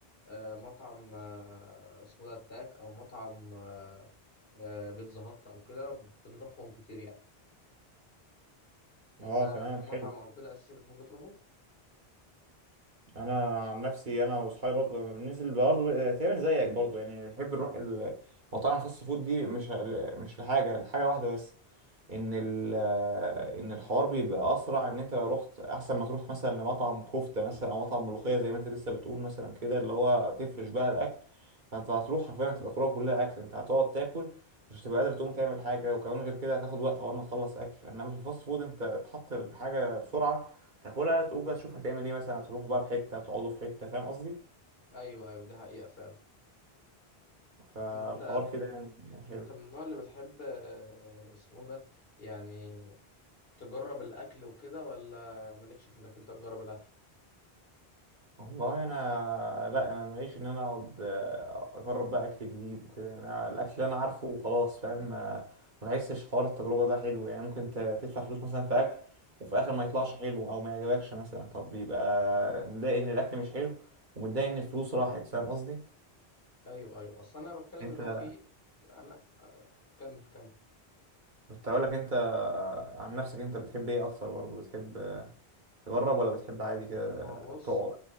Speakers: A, on the left (about 65°); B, on the right (about 50°).
A: آه، مطعم آه، اسمه ده التاك او مطعم آه، آه، بيتزا هات او كده بنروحهم كتير يعني انت
B: اه تمام
A: في مطعم
B: حلو
A: او كده اساسا بتحب تروحه
B: انا عن نفسي انا واصحابي برضه لما بننزل برضه آه، تقريبا زيك برضه يعني بنحب نروح ال- مطاعم الفاست فود دي مش مش لحاجه لحاجه واحده بس ان ال آه، ان الحوار بيبقى اسرع ان انت لو رحت احسن ما تروح مثلا لمطعم كفته مثلا او مطعم ملوخيه زي ما انت لسه بتقول مثلا كده اللي هو
A: مم.
B: تفرش بقى الاكل فانت هتروح حرفيا هتبقى خروجه كلها اكل انت هتقعد تاكل مش هتبقى قادر تقوم تعمل حاجه وكمان غير كده هتاخد وقت اول ما تخلص اكل انما في الفاست فود انت تحط الحاجه بسرعه تاكلها تقوم بقى تشوف هتعمل ايه مثلا هتروحوا بقى في حته هتقعدوا في حته فاهم قصدي
A: ايوه ايوه دي حقيقة فعلا
B: فالحوار
A: انت
B: كده يعني حلو
A: انت من النوع اللي بتحب آه، اسمه ده يعني تجرب الاكل وكده ولا مالكش في انك انت تجرب الاكل
B: والله انا لا انا ماليش ان انا اقعد آه، اجرب بقى اكل جديد وكده يعني أنا الاكل اللي انا عارفه وخلاص فاهم آه، ما بحسش حوار التجربه ده حلو يعني ممكن ت- تدفع فلوس مثلا في اكل وفي الاخر ما يطلعش حلو او ما يعجبكش مثلا طب يبقى
A: مم.
B: متضايق ان الاكل مش حلو ومتضايق ان الفلوس راحت فاهم قصدي
A: ايوه ايوه اصل انا بتكلم
B: انت
A: اللي هو في في- انا آه، كمل كمل
B: كنت هقولك انت عن نفسك انت بتحب ايه اكتر برضه بتحب تجرب ولا بتحب عادي كده
A: ما هو بص
B: تقعد